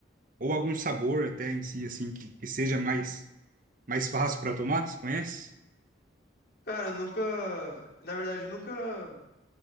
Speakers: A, on the right; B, on the left.
A: ou algum sabor até em si, assim, que, que seja mais, mais fácil para tomar, você conhece?
B: Cara, eu nunca. Na verdade, eu nunca